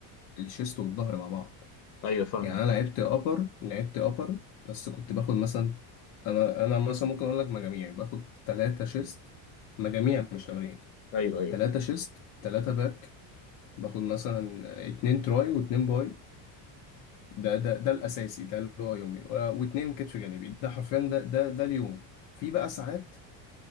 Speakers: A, on the left (about 45°); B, on the left (about 60°).
A: الشيست والظهر مع بعض
B: ايوه فاهمك
A: يعني انا لعبت ابر لعبت ابر بس كنت باخد مثلا انا انا مثلا ممكن اقول لك مجاميع باخد ثلاثة شيست مجاميع مش تمارين
B: ايوه ايوه
A: ثلاثة شيست ثلاثة باك باخد مثلا اتنين تراي واتنين باي ده ده ده الاساسي ده اللي هو يومي و- واتنين كتف جانبي ده حرفيا ده ده ده اليوم في بقى ساعات